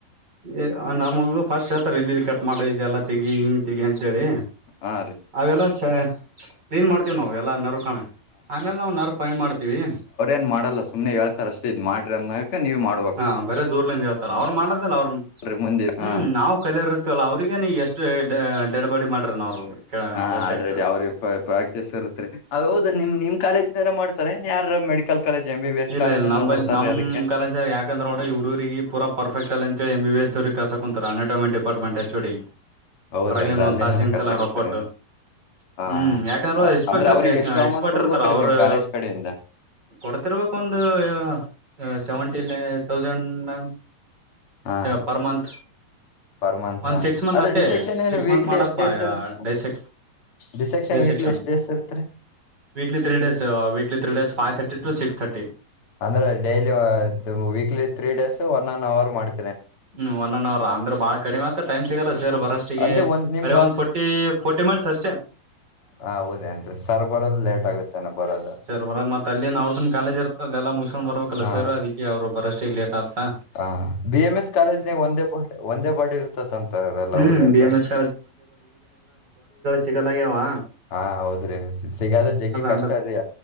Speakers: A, on the right; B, on the left.
A: ಏ ನಮಗ ಫಸ್ಟ್ ಹತರ ಇಲ್ಲಿಿದ್ದ ಕಟ್ ಮಾಡಲ್ಲ ತೆಗಿ ಹಿಂಗ್ ತೆಗಿ ಅಂತೇಳಿ.
B: ಹಾ ರೀ.
A: ಅವೆಲ್ಲಾ ಸ ಏನ್ ಮಾಡ್ತೀವಿ ನಾವ ಎಲ್ಲಾ ನರ ಕಾಣ ಆಮೇಲೆ ನಾವವು ನರ ಫೈನ್ ಮಾಡ್ತೀವಿ.
B: ನ್ ಮಾಡಲ್ಲ ಸುಮ್ನೆ ಹಳ್ತ ಅಷ್ಟ ಇದ್ ಮಾಡ್ರಿ ಅನ್ನ ನೀವು ಮಾಡ.
A: ಹಾ ಬರ ದೂರ್ನಿಂದ ಹೇಳ್ತಾರ ಅವ್ರು ಮಾಡದಲ್ಲ ಅವ್ರ <unintelligible>
B: ಅಲ್ರಿ ಮುಂದೆ
A: ಹ್ಮ್
B: ಹಾ
A: ನಾವವು. ಕಲರ್ತ್ತವಲ್ಲ ಅವ್ರಗ ನೀ ಎಷ್ಟು ಡೆಡ್ ಬಾಡಿ ಮಾಡ್ರ ನ ಅವ್ರು.
B: ಹಾ
A: ಡಿಸೆಕ್ಟ್
B: ಆಲ್ರೆಡಿ ಅವ್ರ. ಪ್ರಾಕ್ಟೀಸ್ ಇರುತ್ರಿ ಅ ಹೌದ ನಿಮ್ ನಿಮ್ ಕಾಲೇಜ್ನಾರ ಮಾಡ್ತಾರೆ ಯಾರ medical. College M B B. S
A: ಇಲ್ಲ
B: ಕಾಲೇಜ್
A: ಇಲ್ಲ
B: ಅಂತ
A: ನಂಬಲ್ಲಿ
B: ಬರ್ತಾರೀ
A: ನಮ್ಮ
B: ಅದಕ್ಕೆ
A: ಕಾಲೇಜರ್ ಯಾಕಂದ್ರೆ ನೋಡಿ ಹುಡುಗರಿಗೆ ಪೂರ ಪರ್ಫೆಕ್ಟ್ ಅಲ್ಲಾ ಅಂತ ಎಂ ಬಿ ಎಸ್ ದವ್ರ. ಕಸ ಕುಂತರ ಅನಟೋಮೆಂಟ್ ಡಿಪಾರ್ಟ್ಮೆಂಟ್ ಎಚ್ ಡಿ
B: ಹೌದೇನ್ರಿ
A: ಹೊರಲಿಂದ ಒಂದ
B: ಅಲ್ಲಿಂದನ
A: ತಾಸಿನ್ಸಲ
B: ಕರ್ಸಕತ್ತರೇನ್ರಿ
A: ರೊಕಟ್ಟು.
B: ಹಾ
A: ಹ್ಮ್ ಯಾಕಂದ್ರೆ ಎಕ್ಸ್ಪೆಕ್ಟ್ರ
B: ಅಂದ್ರ ಅವ್ರಿಗೆ ಎಕ್ಸ್ಟ್ರಾ
A: ಎಕ್ಸ್ಪರ್ಟ್
B: ಅಮೌಂಟ್ ಕೊಡ್ಬೇಕ್ರೀ
A: ಇರ್ತಾರ ಅವರು.
B: ನಿಮ್ ಕಾಲೇಜ್ ಕಡೆಯಿಂದ
A: ಕೊಡ್ತಿರ್ಬೇಕ ಒಂದು ಅ ಸೆವೆಂಟಿನ್ ತೌಸಂಡು.
B: ಹಾ
A: ಪರ್ ಮಂತ್.
B: ಪರ್ ಮಂತ
A: ಒಂದ್ ಸಿಕ್ಸ್ ಮಂತ್
B: ಆದ್ರೆ
A: ಅಟ್ಟೆ
B: ಡಿಸೆಕ್ಷನ್ ಏನು
A: ಸಿಕ್ಸ್
B: ವೀಕ್ಲಿ
A: ಮಂತ್ ಮಾಡದಪಾ
B: ಎಷ್ಟು ಡೇಸ್ ಇರುತ್ತೆ.
A: ಡೈ ಸೆಕ್
B: ಡಿಸೆಪ್ಕ್ಷನ್
A: ಡೈ
B: ವೀಕ್ಲಿ
A: ಸೆಕ್ಷನ್
B: ಎಷ್ಟ್ ಡೇಸ್ ಇರ್ತ್ರಿ.
A: Weekly three days weekly three days five thirty to six thirty.
B: ಅಂದ್ರೆ daily weekly three days one an hour ಮಾಡ್.
A: ಹ್ಮ್ ಒನ್ ಅನ್ ಅವರ್ ಅಂದ್ರೆ ಬಾಳ ಕಡಿಮೆ ಆತ್ತ ಟೈಮ್ ಸಿಗಲ್ಲ ಸೇರ್ ಬರೋಷ್ಟಿಗೆ
B: ಅದೇ ಒಂದ್ ನಿಮ್
A: ಅರೆೇ ಒಂದ ಫೋರ್ಟಿ ಫೋಿ. ಿ <unintelligible> ಮಾಡ್ಸ್ ಅಷ್ಟೇ.
B: ಹ ಹೌದೇನ್ರಿ ಸರ್ ಬರೋದು ಲೇಟ್ ಆಗುತ್ತೇನ ಬರೋದು.
A: ಬರದತ್ತ್ತ ಮತ್ತ್ ಅಲ್ಲಿನ್ ಅವ್ರದ ಕಾಲೇಜ ಇರ್ತದೆಲ್ಲ ಮುಗುಸ್ಕೊಂಡ ಬರ್ಬೇಕಲ್ಲ
B: ಹಾ
A: ಸರ್ ಅದಕ್ಕೆ ಅವ್ರು ಬರಷ್ಟ ಈಗ ಲೇಟ್ ಆತಾ.
B: ಹ ಬಿ ಎನ್ ಎಸ್. ಕಾಲೇಜ್ನಾಗ ಒಂದೇ ಬ ಒಂದೇ ಬಾಡ್ ಇರ್ತತ್ಂತಾರಲ್ಲ
A: ಹ್ಮ್
B: ಹೌದೇನ್ರೀ.
A: ಬಿ ಎಂ ಎಸ್ ತಿಗನ ಯವಾ.
B: ಹ ಹೌದ್ರಿ ಸಿಗದ ಜಗ್ಗಿ ಕಷ್ಟರಿ
A: ಅಂದ್ರ